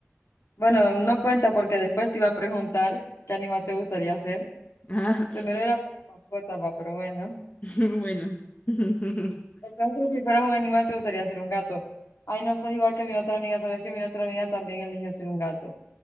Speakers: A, on the left; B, on the left.
A: Bueno, no cuenta porque después te iba a preguntar qué animal te gustaría ser.
B: Ah,
A: Primero era como mascota, va, pero bueno.
B: <laughs> bueno. <laughs>
A: En caso de que fueras un animal, te gustaría ser un gato. Ay, no, sos igual que mi otra amiga. Sabes que mi otra amiga también eligió ser un gato.